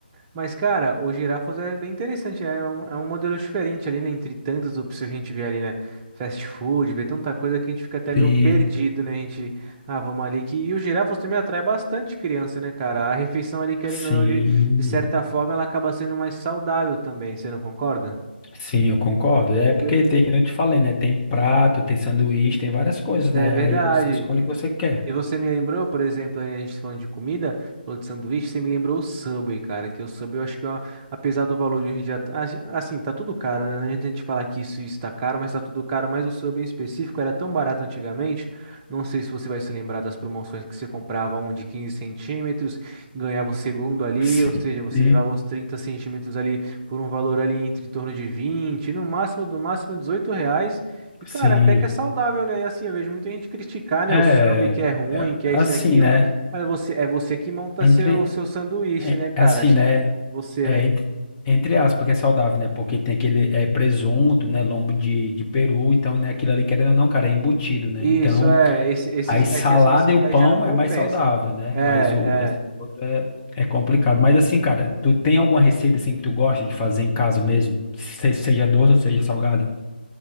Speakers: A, on the right; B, on the left.
A: Mas, cara, o girafas é bem interessante, é um, é um modelo diferente ali, né? Entre tantas opções que a gente vê ali, né? Fast food, vê tanta coisa que a gente fica até
B: Sim.
A: meio perdido, né? A gente, ah, vamos ali que. E o girafas também atrai bastante criança, né, cara? A refeição ali, querendo
B: Sim,
A: ou não, de, de certa forma, ela acaba sendo mais saudável também, você não concorda?
B: sim, eu concordo. É
A: Porque
B: porque tem, como eu te falei, né? Tem prato, tem sanduíche, tem várias coisas,
A: É
B: né?
A: verdade.
B: Aí você escolhe o que você
A: E,
B: quer.
A: e você me lembrou, por exemplo, aí a gente falando de comida, falou de sanduíche, você me lembrou o Subway, cara, que o Subway eu acho que, ó, apesar do valor de hoje em dia, tá- a- assim, tá tudo caro, né? Não adianta a gente falar que isso está caro, mas tá tudo caro, mas o Subway em específico era tão barato antigamente, não sei se você vai se lembrar das promoções que você comprava um de 15 centímetros, ganhava o segundo ali,
B: Sim,
A: ou seja, você
B: sim.
A: levava os 30 centímetros ali por um valor ali entre torno de 20, no máximo, do máximo 18 reais, e, cara,
B: sim.
A: até que é saudável, né? E assim, eu vejo muita gente criticar, né?
B: É,
A: O sub que é ruim,
B: é
A: que
B: assim,
A: é isso e aquilo.
B: né?
A: Mas você, é você que monta
B: Entre,
A: seu, seu sanduíche,
B: é,
A: né, cara?
B: assim,
A: Acho
B: né?
A: que você,
B: É,
A: né?
B: entre, entre aspas, porque é saudável, né? Porque tem aquele é, presunto, né? Lombo de, de peru, então, né? Aquilo ali, querendo ou não, cara, é embutido, né?
A: Isso,
B: Então,
A: é. Esse, esses,
B: Aí salada
A: é que assim, esses
B: e o
A: daí
B: pão
A: já não compensa.
B: é mais saudável, né?
A: É,
B: Mas o esse
A: é.
B: outro é, é complicado. Mas assim, cara, tu tem alguma receita assim que tu gosta de fazer em casa mesmo? Se- seja doce ou seja salgada?